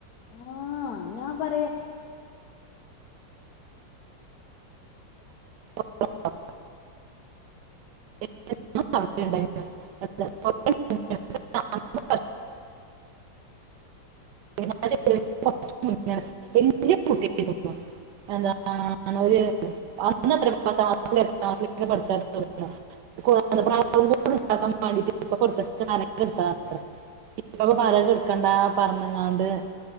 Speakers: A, on the left; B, on the right.
A: ആ ഞാൻ പറയാ
B: <inaudible> <inaudible> <inaudible> <unintelligible> <inaudible> <inaudible> ന്നാണ്ട്